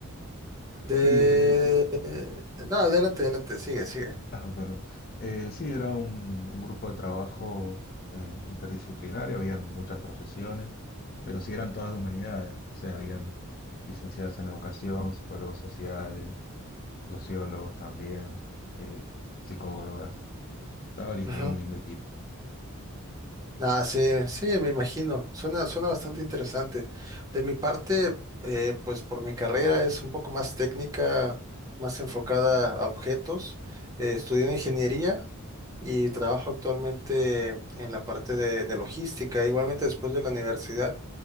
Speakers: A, on the right (about 15°); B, on the left (about 40°).
A: De...
B: Sí, eh,
A: eh, No, adelante, adelante, sigue, sigue.
B: Ah, pero, eh, sí, era un, un grupo de trabajo eh, interdisciplinario, habían muchas profesiones, pero sí eran todas de humanidades, o sea, habían licenciadas en educación, psicólogos sociales, sociólogos también, eh, psicólogas. Estaba lindo,
A: Ujú.
B: era un lindo equipo.
A: Ah, sí, sí, me imagino. Suena, suena bastante interesante. De mi parte, eh, pues por mi carrera es un poco más técnica, más enfocada a objetos. Eh, estudié ingeniería y trabajo actualmente en la parte de, de logística. Igualmente después de la universidad,